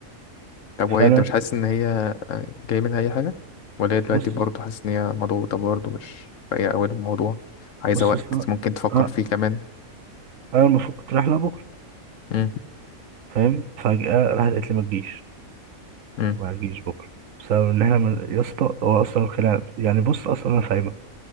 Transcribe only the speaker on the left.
طب وهي
انت مش حاسس ان هي جاي منها اي حاجه ولا هي دلوقتي
برضه حاسس ان هي مضغوطه برضه مش هي اول الموضوع عايزه
وقت
ممكن تفكر
فيه كمان
امم
امم